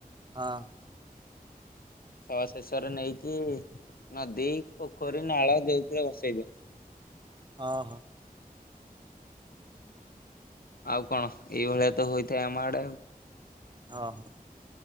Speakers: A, on the right; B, on the left.
A: ହଁ
B: ହଁ ଶେଷରେ ନେଇକି ନଦୀ, ପୋଖରୀ, ନାଳ ଯୋଉଥିରେ ବସେଇ ଦିଅନ୍ତି।
A: ଓହୋ।
B: ଆଉ କଣ, ଏଇଭଳିଆ ତ ହୋଇଥାଏ ଆମ ଆଡେ ଆଉ।
A: ଓହୋ।